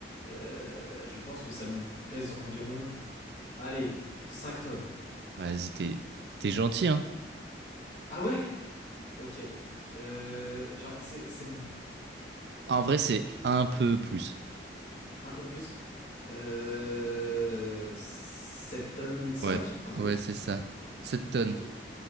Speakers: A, on the left (about 45°); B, on the right (about 70°).
A: Euh, je pense que ça me f- pèse environ, allez, cinq tonnes.
B: Ouais, Vas-y, t'es t'es gentil, hein?
A: Ah ouais? Ok. Euh, genre, c'est, c'est...
B: Ah, En vrai,
A: Ah
B: c'est
A: ouais,
B: un peu plus.
A: un peu plus. Euh, 7 tonnes 5
B: Ouais,
A: un truc
B: ouais,
A: comme ça.
B: c'est ça. sept tonnes,
A: Ok,